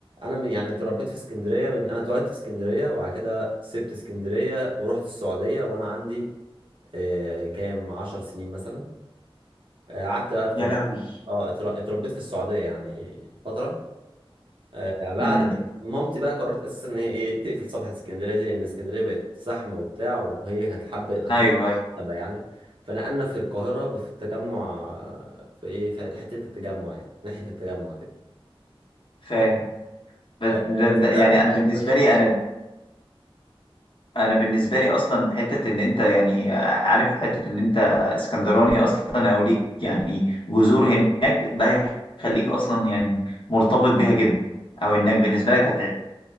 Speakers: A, on the right (about 60°); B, on the left (about 60°).
A: من- يعني اتربيت في اسكندريه من انا اتولدت في اسكندريه وبعد كده سبت اسكندريه ورحت السعوديه وانا عندي آه، كام عشر سنين مثلا آه، قعدت بقى أترب...
B: يا لهوي
A: اه اتر- اتربيت في السعودية يعني فترة آه، بعدين
B: امم
A: مامتي بقى قررت اساسا ان هي ايه تقفل صفحة اسكندرية دي لان اسكندرية بقت زحمة وبتاع وهي كانت حابة حابة
B: ايوه أيوة.
A: تبقى يعني فنقلنا في القاهرة بس في التجمع آه، في ايه في حتة التجمع يعني ناحية التجمع كده
B: فاهم بس-
A: آه،
B: ده- ده-
A: بس انا
B: يعني
A: أساساً
B: انا بالنسبة
A: ما بنزلش
B: لي انا انا بالنسبه لي اصلا حته ان انت يعني عارف حته ان انت اسكندراني اصلا او ليك يعني جذور هناك ده هيخليك اصلا يعني مرتبط بيها جدا او انك بالنسبه لك هتعيد